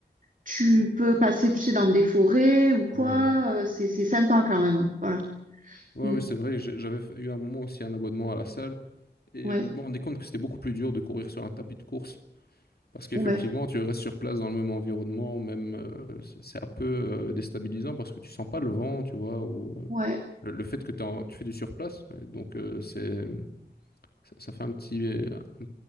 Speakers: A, on the right; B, on the left.
A: tu peux passer, tu sais, dans des forêts ou quoi,
B: Ouais, ouais.
A: euh, c'est c'est sympa quand même. hein. Voilà.
B: Ouais,
A: Mm.
B: ouais, c'est vrai, que j'ai- j'avais fait- eu un moment aussi un abonnement à la salle et
A: Ouais,
B: je me rendais compte que c'était beaucoup plus dur de courir sur un tapis de course parce qu'effectivement,
A: ouais,
B: tu restes sur place dans le même environnement, même euh, c'est c'est un peu euh, déstabilisant parce que tu sens pas le vent, tu vois, ou euh,
A: ouais.
B: le, le fait que t'es en- tu fais du surplace, et donc euh, c'est ça, ça fait un petit, euh, un-